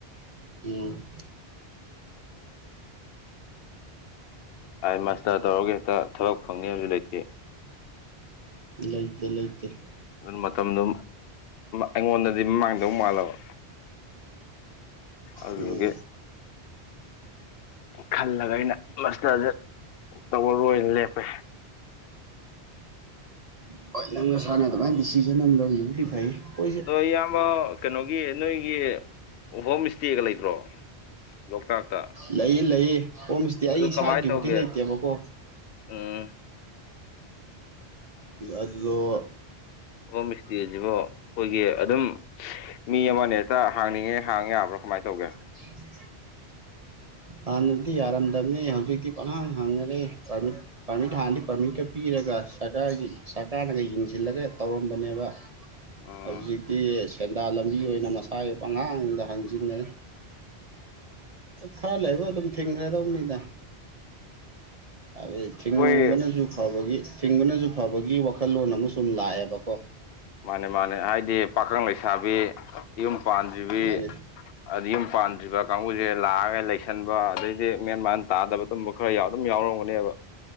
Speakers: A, on the right; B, on the left.
A: ꯎꯝ
B: ꯑꯩꯥꯏ ꯃꯥꯁꯇꯔ ꯇꯧꯔꯒ ꯍꯦꯛꯇ ꯊꯕꯛ ꯐꯪꯅꯤꯕꯁꯨ ꯂꯩꯇꯦ
A: ꯂꯩꯇ ꯂꯩꯇꯦ
B: ꯑꯗꯨ ꯃꯇꯝꯗꯣ ꯑꯩꯉꯣꯟꯗ ꯑꯗꯨꯗꯤ ꯃꯃꯥꯡꯗꯧ ꯃꯥꯜꯂꯕ ꯑꯗꯨꯗꯒꯤ
A: ꯎꯝ
B: ꯈꯜꯂꯒ ꯑꯩꯅ ꯃꯁꯇꯔꯁꯦ ꯇꯧꯔꯔꯣꯏꯅ ꯂꯦꯞꯄꯩ
A: ꯎ ꯍꯣꯏ ꯅꯪ ꯅꯁꯥꯅ ꯑꯗꯨꯃꯥꯏꯅ ꯗꯤꯁꯤꯖꯟ ꯑꯃ ꯂꯧꯋꯕꯨꯗꯤ ꯐꯩ ꯑꯩꯣꯏꯁꯦ
B: ꯅ ꯏꯌꯥꯝꯕ ꯀꯩꯅꯣꯒꯤ ꯅꯣꯏꯒꯤ ꯍꯣꯝ ꯏꯁꯇꯦꯒ ꯂꯩꯇ꯭ꯔꯣ ꯂꯣꯛꯇꯥꯛꯇ
A: ꯂꯩꯌꯦ ꯂꯩꯌꯦ ꯍꯣꯝꯁꯤꯗꯤ ꯑꯩ
B: ꯑꯗꯨ
A: ꯏꯁꯥꯒꯤꯕꯨꯗꯤ
B: ꯀꯃꯥꯏꯅ ꯇꯧꯒꯦ
A: ꯂꯩꯇꯦꯕꯀꯣ
B: ꯎꯝ
A: ꯑꯗꯨꯗꯣ
B: ꯑꯣꯐꯝ ꯃꯤꯁꯇꯤꯖꯤꯕꯨꯣ ꯑꯩꯈꯣꯏꯒꯤ ꯑꯗꯨꯝ ꯃꯤ ꯑꯃꯅꯦ ꯍꯦꯛꯇ ꯍꯥꯡꯅꯤꯡꯉꯦ ꯍꯥꯡ ꯌꯥꯕ꯭ꯔꯥ ꯀꯃꯥꯏꯅ ꯇꯧꯒꯦ
A: ꯍ ꯍꯥꯟꯅꯗꯤ ꯌꯥꯔꯝꯗꯕꯅꯦ ꯍꯧꯖꯤꯛꯇꯤ ꯄꯪꯍꯥꯡ ꯍꯪꯅꯔꯦ ꯄꯔ ꯄꯥꯔꯃꯤꯠ ꯍꯥꯟꯅꯗꯤ ꯄꯥꯔꯃꯤꯠꯀ ꯄꯤꯔꯒ ꯁꯔꯀꯥꯔꯒꯤ ꯁꯔꯀꯥꯔꯅꯒ ꯌꯦꯡꯁꯤꯜꯂꯒ ꯇꯧꯔꯝꯕꯅꯦꯕ
B: ꯎꯝ
A: ꯍꯧꯖꯤꯛꯇꯤ ꯁꯦꯟꯗꯥꯟ ꯂꯝꯕꯤ ꯑꯣꯏꯅ ꯃꯁꯥꯒꯤ ꯑꯉꯥꯡꯁꯤꯡꯗ ꯍꯥꯡꯖꯤꯟꯅꯩ ꯈꯔ ꯂꯩꯕ ꯑꯗꯨꯝ ꯊꯤꯡꯈ꯭ꯔꯗꯧꯅꯤꯅ ꯍꯥꯏꯗꯤ ꯊꯤꯡꯕꯅꯁꯨ
B: ꯑꯩꯈꯣꯏ
A: ꯐꯕꯒꯤ ꯊꯤꯡꯕꯅꯁꯨ ꯐꯕꯒꯤ ꯋꯥꯈꯜꯂꯣꯟ ꯑꯃꯁ ꯁꯨꯝ ꯂꯥꯛꯑꯦꯕꯀꯣ
B: ꯃꯥꯅꯦ ꯃꯥꯅꯦ ꯍꯥꯏꯗꯤ ꯄꯥꯈꯪ ꯂꯩꯁꯥꯕꯤ ꯌꯨꯝ ꯄꯥꯟꯗ꯭ꯕꯤ
A: ꯃꯥꯅꯤ
B: ꯑ ꯌꯨꯝ ꯄꯥꯟꯗ꯭ꯔꯤꯕ ꯀꯥꯡꯕꯨꯁꯦ ꯂꯥꯛꯑꯒ ꯂꯩꯁꯟꯕ ꯑꯗꯩꯗꯤ ꯃꯦꯟ ꯃꯟ ꯇꯥꯗꯕ ꯑꯗꯨꯝꯕ ꯈꯔ ꯑꯗꯨꯝ ꯌꯥꯎꯔꯝꯒꯅꯦꯕ